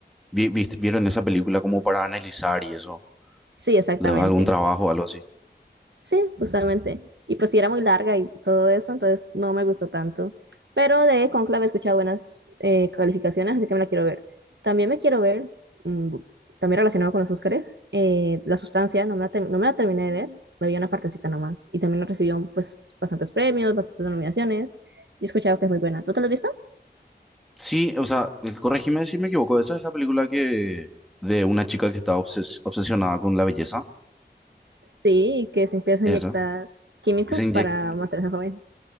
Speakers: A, in the centre; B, on the right.
A: vi- vi- vieron esa película como para analizar y eso,
B: sí, exactamente.
A: de algún trabajo o algo así.
B: Sí, justamente. Y pues sí, era muy larga y todo eso, entonces no me gustó tanto. Pero de Conclave he escuchado buenas eh, calificaciones, así que me la quiero ver. También me quiero ver, mm, también relacionado con los Óscares, eh, La Sustancia, no me la, ter- no me la terminé de ver, me vi una partecita nomás. Y también recibió pues bastantes premios, bastantes nominaciones, y he escuchado que es muy buena. ¿Tú te la has visto?
A: Sí, o sea, eh, corregime si me equivoco, esa es la película que de una chica que está obses- obsesionada con la belleza,
B: Sí, que se empieza
A: ¿es
B: a inyectar
A: esa,
B: químicos
A: que se inyec-
B: para mantenerse joven. <laughs>